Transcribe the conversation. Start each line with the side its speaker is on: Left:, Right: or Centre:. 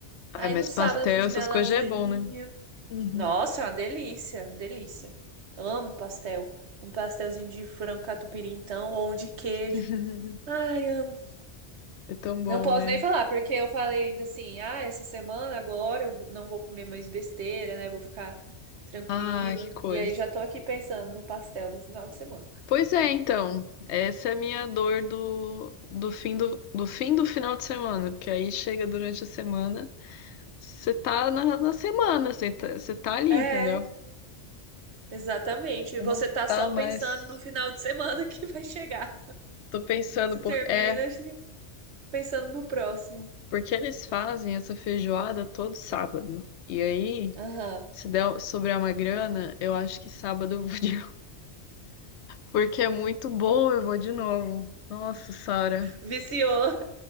Left: Ah,
Right: Aí
Left: mas
Right: no sábado
Left: pastel,
Right: eu fiz
Left: essas
Right: minha lasanhinha.
Left: coisas já é bom, né? Uhum.
Right: Nossa, é uma delícia, delícia. Amo pastel. Um pastelzinho de frango catupiry, então, ou um de queijo.
Left: <laughs>
Right: Ai, amo.
Left: É tão bom,
Right: Não posso
Left: né?
Right: nem falar, porque eu falei ainda assim: ah, essa semana agora eu vou- não vou comer mais besteira, né? Vou ficar tranquila.
Left: Ah, que coisa.
Right: E aí já tô aqui pensando no pastel do final de semana.
Left: Pois é, então. Essa é a minha dor do, do fim do, do fim do final de semana, porque aí chega durante a semana, você tá na, na semana, você tá, você tá ali,
Right: É.
Left: entendeu?
Right: Exatamente.
Left: Você
Right: E você
Left: não
Right: tá
Left: tá
Right: só
Left: mais.
Right: pensando no final de semana que vai chegar.
Left: Tô pensando,
Right: Você
Left: porque
Right: termina
Left: é,
Right: assim, pensando no próximo.
Left: porque eles fazem essa feijoada todo sábado. E aí,
Right: Aham.
Left: se der, sobrar uma grana, eu acho que sábado eu vou <laughs> Porque é muito bom, eu vou de novo. Nossa, Sara,
Right: <laughs> Viciou.